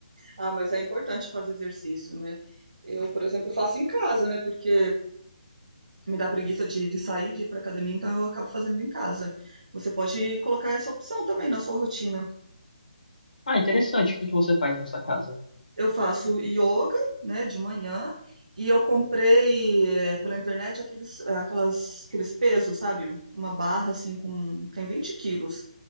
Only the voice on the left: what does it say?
Ah, interessante, o que que você faz na sua casa?